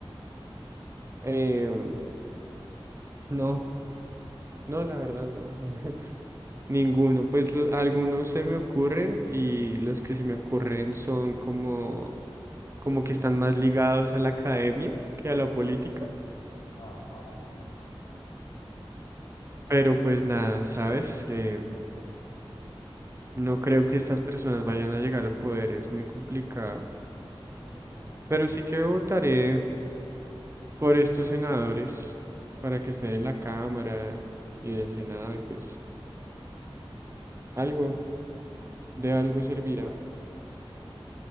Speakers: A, on the right; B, on the left.
A: em, no, no, la verdad no. <laughs> Ninguno. Pues lo- algunos se me ocurren y los que se me ocurren son como, como que están más ligados a la academia que a la política.
B: no, pasa, sí.
A: Pero pues nada, ¿sabes? Eh, no creo que estas personas vayan a llegar al poder, es muy complicado.
B: Sí, sí, exacto.
A: Pero sí que votaré por estos senadores para que estén en la Cámara y en el Senado y pues algo, de algo servirá.